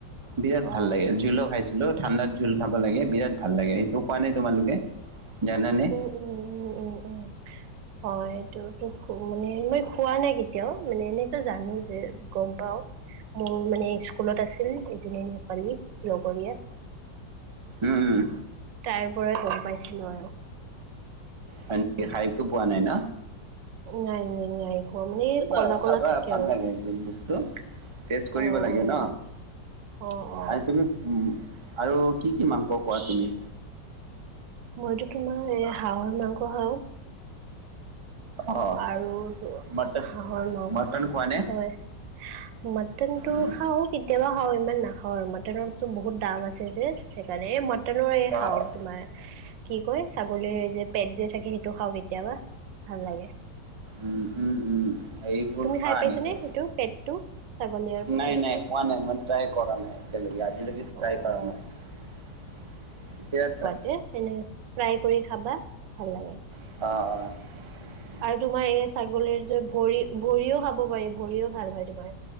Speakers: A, on the right; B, on the right.
A: বিৰাট
B: অ
A: ভাল লাগে ঝুলো খাইছিলোঁ। ঠাণ্ডাত জোল খাব লাগে বিৰাট ভাল লাগে সেইটো খোৱা নে তোমালোকে জানা নে
B: উম উম উম উম হয় এইটো তো মানে মই খোৱা নাই কেতিয়াও মানে এনেতো জানো যে গম পাওঁ মোৰ মানে স্কুলত আছিল এজনী নেপালী লগৰীয়া
A: উম,
B: তাইৰ পৰাই গম পাইছিলোঁ আৰু
A: সেনেকে খাইতো পোৱা নাই ন
B: নাই নাই নাই খোৱা মানে
A: কেতিয়াবা
B: কলা
A: খাবা
B: কলা থাকে
A: ভাল
B: আৰু
A: লাগে সেইটো তো টৈজ কৰিব
B: অ
A: লাগে
B: হয়
A: ন
B: নেকি অ অ
A: মানে তুমি আৰু কি কি মাংস খোৱা তুমি
B: মইতো তোমাৰ এ হাঁহৰ মাংস খাওঁ
A: অ'
B: আৰু
A: মটন
B: হাঁহৰ নগ
A: মটন খোৱা নে?
B: হয় হা মটন টো
A: উম,
B: খাওঁ কেতিয়াবা খাওঁ ইমান নাখাওঁ আৰু মাটনতো বহুত দাম আছে যে সেইকাৰণে এই মাটনৰ এই খাওঁ
A: অ'
B: তোমাৰ কি কয় ছাগলীৰ যে পেট যে থাকে সেইটো খাওঁ কেতিয়াবা ভাল লাগে
A: উম উম উম সেইবোৰ
B: তুমি
A: খাওঁ
B: খাই পাইছানে
A: নেকি
B: সেইটো পেটটো ছাগলীৰ
A: নাই
B: পেটটো
A: নাই খোৱা নাই মই ট্ৰাই কৰা নাই এতিয়া লৈকে আজিলৈকে
B: অ
A: ট্ৰাই কৰা
B: অ
A: নাই এতিয়া ট্ৰাই
B: এ কেনে ফ্ৰাই কৰি খাবা ভাল লাগে
A: অহ অহ
B: আৰু তোমাৰ এই ছাগলীৰ যে ভৰি ভৰিও খাব পাৰি ভৰিও ভাল হয় তোমাৰ